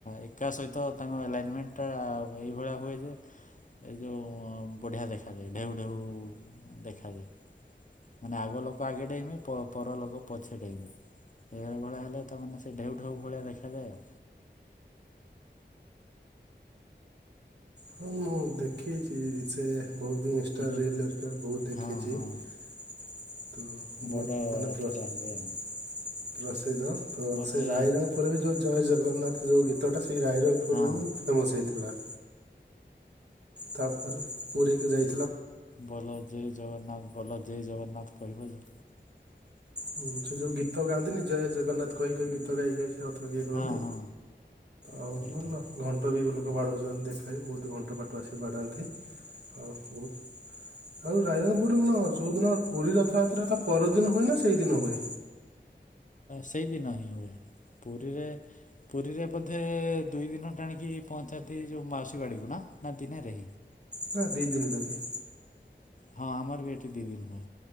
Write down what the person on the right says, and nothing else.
ହଁ ମୁଁ
ଦେଖେଇଛି ସେ ବହୁତ ବି ଇନଷ୍ଟା
ରିଲ ଘରିକା ବହୁତ ଦେଖିଛି
ତ ବହୁତ
ମାନେ
ପ୍ର ରସ୍,
ସେଇ ତ ତ
ସେଇ ରାଇରଙ୍ଗପୁରେ ବି ଯୋଉ ଜୟ ଜଗନ୍ନାଥ ଯୋଉ ଗୀତଟା, ସେ ରାଇରଙ୍ଗପୁରରେ
ହିଁ ଫେମସ୍ ହେଇଥିଲା। ତାପରେ ପୁରୀକୁ ଯାଇ
ହୁଁ ସେ ଯୋଉ ଗୀତ ଗାଆନ୍ତିନି ଜୟ ଜଗନ୍ନାଥ କହି କହି ଗୀତ ଗାଇ ଗାଇ କିଏ କରନ୍ତି
ଆଉ
ଭଲ ଘଣ୍ଟ ବି ଲୋକ ବାଡ଼ଉଛନ୍ତି। ଦେଖା ବହୁତ ଘଣ୍ଟପାଟୁଆ ଆସି ବାଢ଼ାନ୍ତି। ହ ବହୁତ <inaudible> ଆଉ ରାଇରଙ୍ଗପୁରରୁ କଣ ହ ଯୋଉ ଦିନ ପୁରୀ ରଥଯାତ୍ରା ତାପର ଦିନ ହୁଏନା ସେ ସେଇ ଦିନ ହୁଏ।
ନା ଦି ଦିନ ଲାଗେ <inaudible>